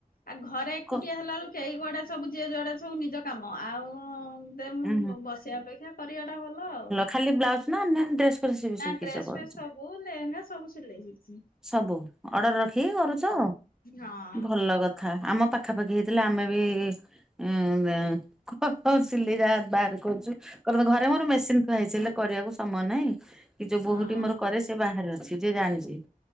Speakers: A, on the left; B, in the centre.
A: ଆଉ ଘରେ ଏକୁଟିଆ
B: କ
A: ହେଲା ବେଳୁ କେହି କୁଆଡେ ସବୁ ଯିଏ ଯୁଆଡେ ସବୁ ନିଜ କାମ ଆଉ-ଉ-ଉ ଦେ ମୁଁ
B: ଉଁ
A: ବସିବା ଅପେକ୍ଷା କରିବାଟା ଭଲ ଆଉ,
B: ଖାଲି ବ୍ଲାଉଜ ନା ଅନ୍ୟାନ୍ୟ ଡ୍ରେସ ଫ୍ରେସ ବି
A: ନା
B: ଶିଖିଛ
A: ଡ୍ରେସ୍
B: କରୁଛ?
A: ଫେସ୍ ସବୁ ବୋହୂ ଲେହେଙ୍ଗା ସବୁ ସିଲେଇ ହେଇଛି।
B: ସବୁ? ଅର୍ଡର ରଖିକି କରୁଛ,
A: ହଁ
B: ଭଲ କଥା ଆମ ପାଖ ପାଖାପାଖି ହେଇଥିଲା ଆମେ ବି-ଇ-ଇ ଇଁ-ଇଁ-ଇଁ ସିଲେଇ ଯାହା ବାହାରେ କରୁଛୁ କରନ୍ତୁ, ଘରେ ମୋର ମେସିନ୍ ଥୁଆ ହେଇଛି ହେଲେ କରିବାକୁ ସମୟ ନାହିଁ। କି ଯୋଉ
A: ହଁ
B: ବୋହୂଟି ମୋର କରେ ସେ ବାହାରେ ଅଛି, ଯିଏ ଜାଣିଛି।